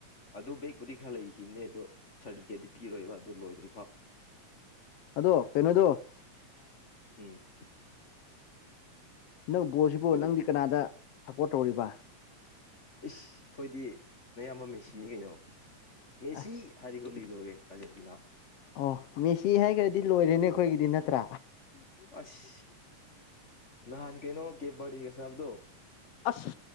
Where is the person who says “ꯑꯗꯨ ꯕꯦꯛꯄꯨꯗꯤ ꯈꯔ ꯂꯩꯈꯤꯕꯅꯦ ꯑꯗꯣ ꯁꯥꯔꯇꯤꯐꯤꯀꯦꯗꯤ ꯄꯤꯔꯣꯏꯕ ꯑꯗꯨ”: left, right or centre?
Left